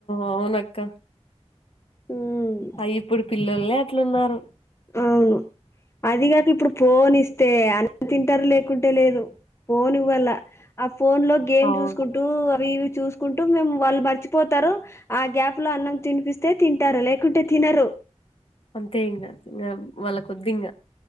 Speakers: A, on the left; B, on the left.
A: అవును అక్క
B: మ్
A: అ ఇప్పుడు పిల్లల్లే అట్లున్నారు
B: అవును అదిగాక ఇప్పుడు పోలిస్ తె అన్ని తింటారు లేకుంటే లేదు ఫోన్ వల్ల ఆ ఫోన్ లో గేమ్
A: అవును
B: చూసుకుం టూ అవి ఇవి చూసుకుంటూ మేము వాళ్ళు మర్చిపోతారు ఆ గ్యాప్ లో అన్నం తినిపిస్తే తింటారు లేకుంటే తినరు
A: అంతే ఇంగ ఇంగ వాళ్ళక్ ఒద్దు ఇంకా